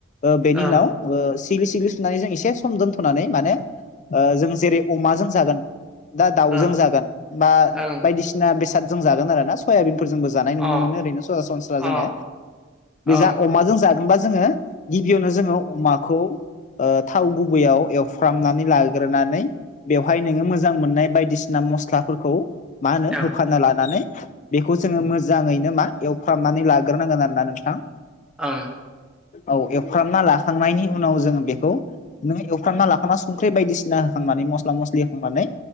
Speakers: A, on the left; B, in the centre.
A: ओ बेनि
B: ओं
A: उनाव ओ सिग्लि सिग्लि सुनानै जों एसे सम दोन्थ'नानै माने ओ जों जेरै अमाजों जागोन दा दाउजों
B: ओं
A: जागोन बा
B: ओं
A: बायदिसिना बेसादजों जागोन आरो ना सयाबिनफोरजोंबो जानाय
B: अ
A: नुनो मोनो ओरैनो सरासनस्रा
B: अ
A: जोङो बिजा
B: ओं
A: अमाजों जा होमबा जोङो गिबियावनो जोङो अमाखौ ओ थाव गुबैयाव एवफ्रामनानै लाग्रोनानै बेवहाय नोङो मो जां मोननाय बायदिसिना मस्लाफोरखौ मा
B: ओं
A: होनो होफाना लानानै बेखौ जोङो मोजाङैनो मा एवफ्रामनानै लाग्रोनांगोन आरो ना नोंथां।
B: ओं।
A: औ एवफ्रामना लाखांनायनि उनाव जोङो बेखौ नों एवफ्रामना लाखाना संख्रि बायदिसिना होखांनानै मस्ला मस्लि होखांनानै